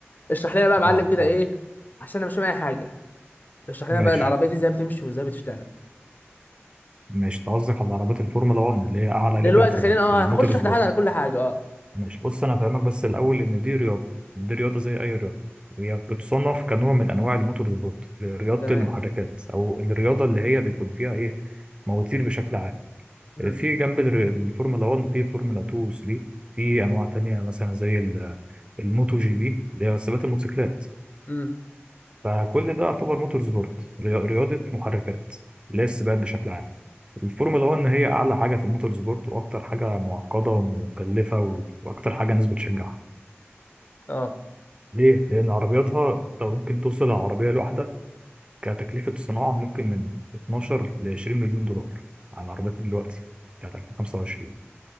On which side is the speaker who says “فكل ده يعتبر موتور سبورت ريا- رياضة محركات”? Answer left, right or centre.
Right